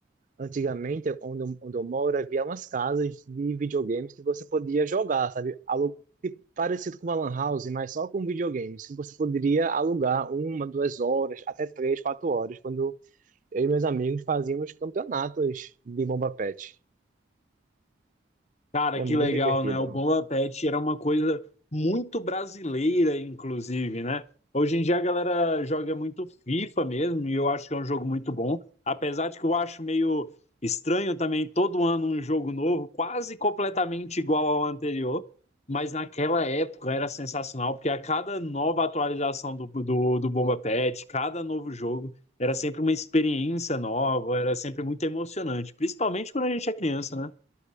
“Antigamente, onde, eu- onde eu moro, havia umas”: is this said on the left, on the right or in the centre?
Right